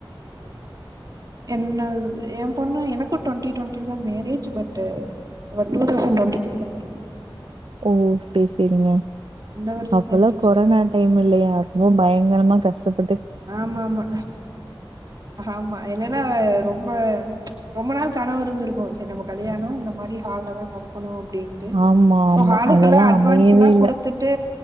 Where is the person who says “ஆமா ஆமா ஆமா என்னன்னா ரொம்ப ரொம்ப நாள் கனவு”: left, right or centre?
Right